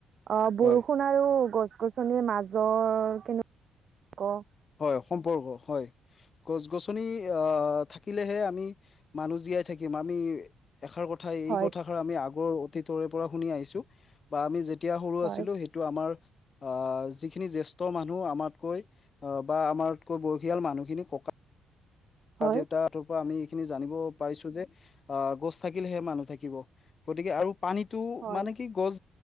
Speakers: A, on the right (about 55°); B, on the left (about 40°).
A: অ' বৰষুণ
B: হয়
A: আৰু গছ-গছনিৰ মাজৰ কেনেকুৱা ক
B: হয়, সম্পৰ্ক হয় গছ-গছনি এ' অ' থাকিলেহে আমি মানুহ জীয়াই থাকিম। আমি এষাৰ কথা
A: হয়,
B: এই কথাষাৰ আমি আগৰ অতীতৰে পৰা শুনি আহিছো। বা আমি যেতিয়া সৰু
A: হয়,
B: আছিলো, সেইটো আমাৰ আহ যিখিনি জ্যেষ্ঠ মানুহ আমাতকৈ অ' বা আমাতকৈ বয়সীয়াল মানুহখিনি ককা
A: হয়,
B: কা-দেউতা পৰা আমি এইখিনি জানিব পাৰিছো যে, আহ গছ থাকিলে মানুহ থাকিব। গতিকে আৰু পানীতো
A: হয়,
B: মানে কি গছ